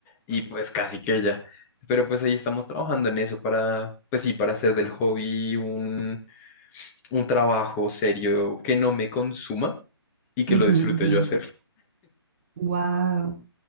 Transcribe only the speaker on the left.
y pues casi que ya. Pero pues ahí estamos trabajando en eso para, pues sí, para hacer del hobby un, un trabajo serio que no me consuma y que
lo disfrute
yo hacer.